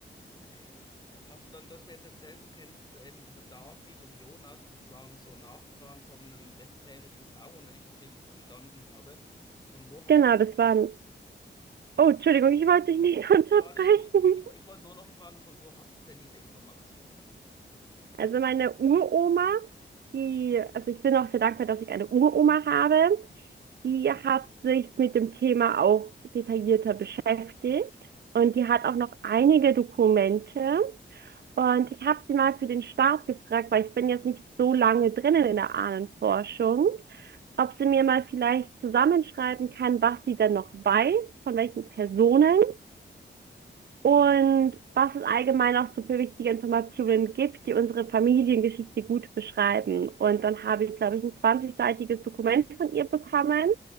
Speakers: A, on the left; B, on the right.
A: Okay. Äh, Hast du dann, du hast mir jetzt erzählt, du kennst äh, eben dieser David und Jonas, das waren so Nachfahren von einem westfälischen Bauern, wenn ich dich richtig verstanden habe. Von wo hast
B: Genau,
A: du die,
B: das waren.
A: von,
B: Oh, Entschuldigung, ich wollte dich nicht <laughs> unterbrechen.
A: nö, alles gut. Ich, ich wollte nur noch fragen, von wo hast du denn diese Informationen?
B: Also meine Uroma, die, also ich bin auch sehr dankbar, dass ich eine Uroma habe. Die hat sich mit dem Thema auch detaillierter beschäftigt und die hat auch noch einige Dokumente. Und ich habe sie mal für den Start gefragt, weil ich bin jetzt nicht so lange drinnen in der Ahnenforschung. ob sie mir mal vielleicht zusammenschreiben kann, was sie denn noch weiß, von welchen Personen und was es allgemein auch so für wichtige Informationen gibt, die unsere Familiengeschichte gut beschreiben. Und dann habe ich, glaube ich, ein 20-seitiges Dokument von ihr bekommen,